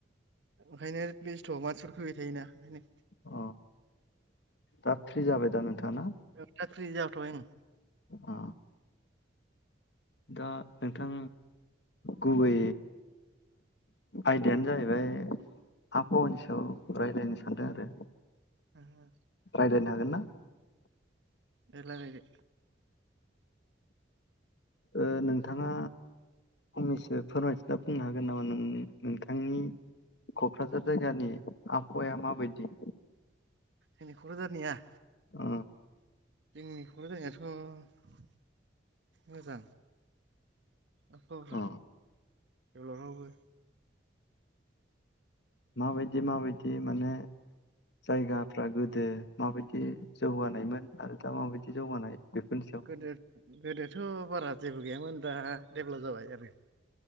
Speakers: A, on the right (about 70°); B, on the left (about 65°).
A: ओंखायनो बेस्थ' मानसिफोर फैबाय थायोना ओंखायनो।
B: अ दा फ्रि जाबाय दा नोंथाङा ना?
A: औ साख्रि जाथ' बाय ओं।
B: अ दा नोंथां गुबै आयदायानो जाहैबाय आबहावानि सायाव रायज्लायनो सानदों आरो।
A: ओहो।
B: रायलायनो हागोन ना?
A: दे रायलायदो।
B: ओ नोंथाङा फंनैसो फोरमायथिना बुंनो हागोन नामा नों नोंथांनि कक्राझार जायगानि आबहावाया माबायदि?
A: जोंनि क'क्राझारनिया?
B: ओ
A: जोंनि क'क्राझारनियाथ' मोजां आबहावफ्रा
B: अ
A: थेवब्लाबो
B: माबायदि माबायदि माने जायगाफ्रा गोदो माबायदि जौगानायमोन आरो दा माबायदि जौगानाय बेफोरनि सायाव।
A: गोदो गोदोथ' बारा जेबो गैयामोन दा डेभलाप जाबाय आरो,